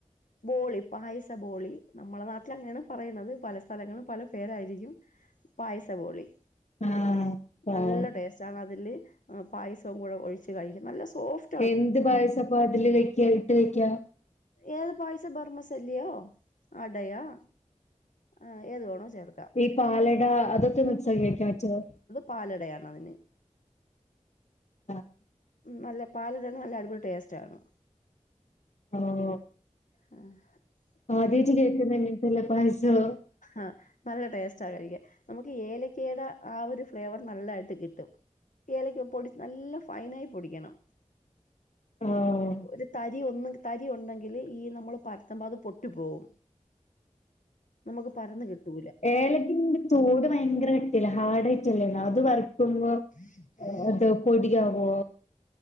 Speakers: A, on the left (about 85°); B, on the left (about 65°).
A: ബോളി പായസ ബോളി നമ്മള നാട്ടിലങ്ങാനാണ് പറയ്ന്നത് പല സ്ഥലങ്ങളും പല പേരായിരിക്കും. പായസ ബോളി.
B: ആഹ്
A: നല്ല
B: ആഹ്
A: ടേസ്റ്റാണതില് പായസവുംക്കൂടെ ഒഴിച്ച് കഴിക്കും നല്ല സോഫ്
B: എന്ത് പായസപ്പോ അതില് കയ്ക്യാ ഇട്ട് വയ്ക്യാ?
A: ഏത് പായസം ബെർമസെല്ലിയോ അടയാ- ആഹ് ഏത് വേണോ ചേർ
B: ഈ പാലട അതൊക്കെ മിക്‌സാക്കി കഴിക്കാൻ പറ്റ്വോ?
A: പാലടയാണതിന്.
B: ആഹ്.
A: നല്ല പാലടണ് നല്ല അടിപൊളി ടേസ്റ്റ് ആണ്.
B: ഓഹ്.
A: ആഹ.
B: ആദ്യയാട്ട് കേക്കുന്നെ അല്ലെ എല്ലാം പായസോം
A: ആഹ് നല്ല ടേസ്റ്റാ കഴിക്കാൻ- നമുക്ക് ഏലക്കടെ ആ ഒരു ഫ്ലേവർ നല്ലായിട്ട് കിട്ടും. ഏലയ്ക്ക് പൊടി നല്ല ഫൈനായി പൊടിക്കണം.
B: ഓഹ്
A: ഒരു തരി ഒന്ന് തരി ഒണ്ടെങ്കില് ഈ നമ്മള് പരത്തുമ്പോൾ അത് പൊട്ടി പോവും. നമക്ക് പരന്ന് കിട്ടു
B: ഏലത്തിന്റെ തോട് ഭയങ്കര കട്ടില്ല ഹാർഡ് ആയിട്ടല്ലേ അത് വറക്കുമ്പോ-
A: <inaudible>
B: അത് പൊടി ആവോ?